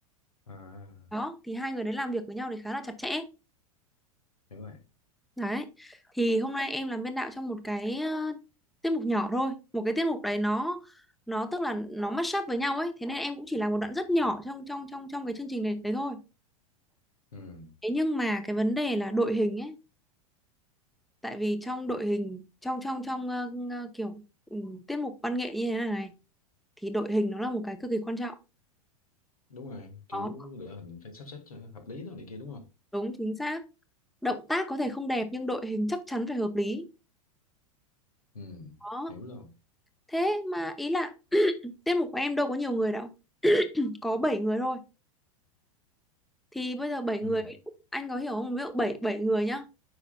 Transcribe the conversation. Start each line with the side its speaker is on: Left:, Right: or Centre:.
Left: à,
Centre: Đó, thì hai người đấy làm việc với nhau thì khá là chặt chẽ.
Left: hiểu rồi
Centre: Đấy. Thì hôm nay em làm biên đạo trong một cái ờ, tiết mục nhỏ thôi. Một cái tiết mục đấy nó nó tức là nó mashup up với nhau ấy, thế nên em cũng chỉ làm một đoạn rất nhỏ trong trong trong trong cái chương trình này đấy thôi.
Left: ừ.
Centre: Thế nhưng mà cái vấn đề là đội hình ấy, tại vì trong đội hình trong trong trong ờ, ờ, kiểu ừ, tiết mục văn nghệ như thế này này thì đội hình nó là một cái cực kỳ quan trọng.
Left: đúng rồi kiểu
Centre: Đó,
Left: đội hình phải sắp xếp cho hợp lý thôi này kia đúng không
Centre: đúng chính xác. Động tác có thể không đẹp nhưng đội hình chắc chắn phải hợp lý.
Left: ừ.
Centre: Đó,
Left: hiểu luôn
Centre: thế mà ý là tiết mục của em đâu có nhiều người đâu. Có 7 người thôi. Thì bây giờ 7 người
Left: ừ.
Centre: anh có hiểu không? Ví dụ 7 bảy người nhá.